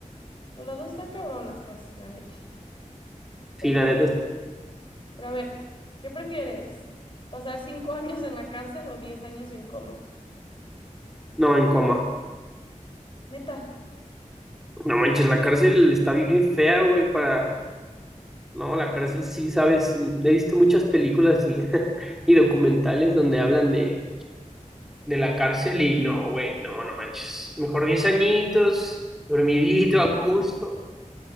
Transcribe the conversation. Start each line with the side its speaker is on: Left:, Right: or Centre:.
Left: Pues las dos están cabronas, pues, la neta.
Centre: sí,
Left: Pero,
Centre: la neta,
Left: pero a ver, ¿qué prefieres? ¿Pasar cinco <laughs> años en la cárcel o diez años en coma?
Centre: no en coma.
Left: Neta.
Centre: No manches, la cárcel está bien fea, güey, para... No, la cárcel sí, sabes, he visto muchas películas y, <laughs> y documentales donde hablan de, de la cárcel y no, güey, no, no manches. Mejor 10 añitos, dormidito, a gusto.